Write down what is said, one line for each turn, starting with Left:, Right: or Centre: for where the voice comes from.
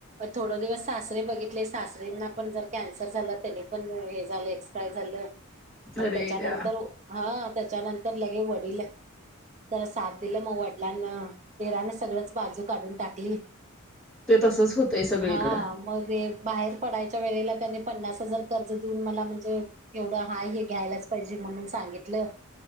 Right: थोडं दिवस सासरे बघितले सासऱ्यांना पण जरा कॅन्सर झालं त्यानी पण हे झालं एक्सप्रायर झालं. मग
Centre: अरे
Right: त्याच्यानंतर
Centre: द्या
Right: हा त्याच्यानंतर लगे वडील जरा साथ दिलं मग वडिलांनी दिराने सगळंच बाजू काढून टाकली.
Centre: ते तसच होतंय सगळीकडं
Right: हा मग एक बाहेर पडायच्या वेळेला त्यानी पन्नास हजार कर्ज देऊन मला म्हणजे एवढं हाय हे घ्यायलाच पाहिजे. म्हणून सांगितलं